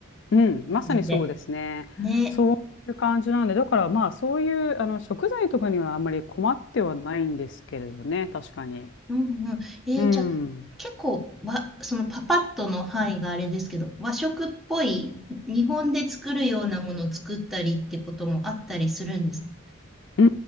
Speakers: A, on the left; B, in the centre.
A: うん、まさにそうですね。
B: 感じで。ね。
A: そういう感じなんで、だからまあそういうあの食材とかにはあんまり困ってはないんですけれどね、確かに。
B: うんうん。えー、
A: うん。
B: じゃあ、結構わ、そのパパッとの範囲があれですけど、和食っぽい、日本で作るようなものを作ったりってこともあったりするんですか
A: うー